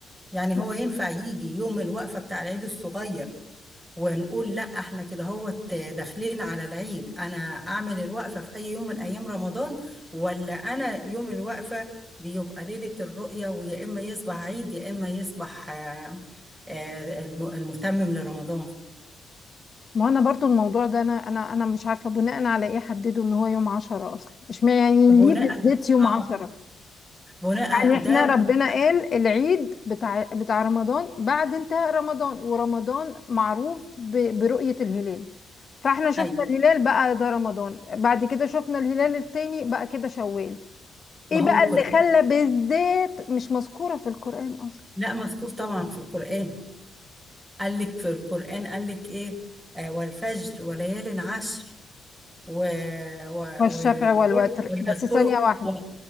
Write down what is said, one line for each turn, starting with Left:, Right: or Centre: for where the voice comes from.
Right: يعني
Left: لا
Right: هو ينفع يجي يوم الوقفه بتاع العيد الصغير ونقول لا احنا كده هو داخلين على العيد انا اعمل الوقفة في اي يوم من ايام رمضان ولا انا يوم الوقفة بيبقى ليلة الرؤية ويا اما يصبح عيد يا اما يصبح آه، آه، الم- المتمم لرمضان
Left: ما انا برضو الموضوع ده انا انا انا مش عارفه بناء على ايه حددوا ان هو يوم عشرة اصلا مش مع- يعني
Right: بناء
Left: ليه بالذات يوم
Right: اه
Left: عشرة
Right: بناء
Left: يعني
Right: ده
Left: احنا ربنا
Right: بناء
Left: قال العيد بتاع بتاع رمضان بعد انتهاء رمضان ورمضان معروف ب- برؤية الهلال فاحنا شفنا
Right: ايوه
Left: الهلال بقى ده رمضان بعد كده شفنا الهلال التاني بقى كده شوال
Right: ما
Left: ايه
Right: هو
Left: بقى
Right: القرآن
Left: اللي خلى بالذات مش مذكورة في القرآن اصلا
Right: لا مذكور طبعا في القرآن قال لك في القرآن قال لك ايه آه والفجر وليال عشر و... و...
Left: والشفع
Right: و...
Left: والوتر
Right: وليذكروا
Left: بس ثانية واحدة
Right: و...